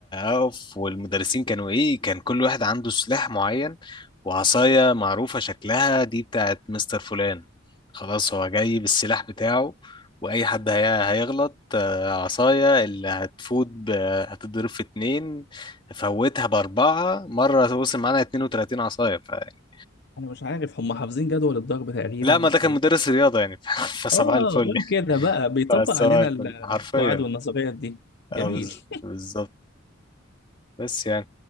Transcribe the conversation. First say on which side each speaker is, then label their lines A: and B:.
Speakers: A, on the left; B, on the left.
A: اقف والمدرسين كانوا ايه كان كل واحد عنده سلاح معين وعصايه معروفه شكلها دي بتاعت مستر فلان خلاص هو جاي بالسلاح بتاعه واي حد هي... هيغلط آه، عصايه اللي هتفوت ب... هتضرب في اتنين فوتها باربعه مره وصل معانا 32 عصايه ف... يعني
B: انا مش عارف هم حافظين جدول الضرب تقريبا
A: لا ما ده كان مدرس رياضه يعني <laughs> فصباح
B: اه
A: الفل
B: قول كده بقى بيطبق
A: فصباح
B: علينا
A: الفل
B: القواعد
A: حرفيا
B: والنظريات دي
A: آه،
B: جميل
A: بز- بالظبط بس يعني